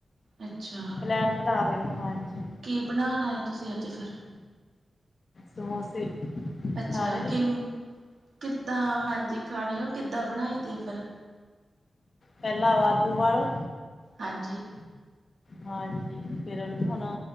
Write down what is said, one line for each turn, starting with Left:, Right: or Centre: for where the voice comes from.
Right: ਅੱਛਾ
Left: ਪਲੈਨ ਬਣਾ ਰਹੇ ਆ ਹਾਂਜੀ।
Right: ਕੀ ਬਣਾਣਾ ਆ ਤੁਸੀਂ ਅੱਜ ਫਿਰ,
Left: ਸਮੋਸੇ,
Right: ਅੱਛਾ
Left: ਖਾਣੇ ਤੁਸੀਂ
Right: ਕਿ, ਕਿੱਦਾਂ ਹਾਂਜੀ ਖਾਣੇ ਉਹ ਕਿੱਦਾਂ ਬਣਾਈ ਦੇ ਆ ਫਿਰ।
Left: ਪਹਿਲਾਂ ਆਲੂ ਵਾਲੋ,
Right: ਹਾਂਜੀ।
Left: ਹਾਂਜੀ ਫੇਰ ਹੁਣ ਓ,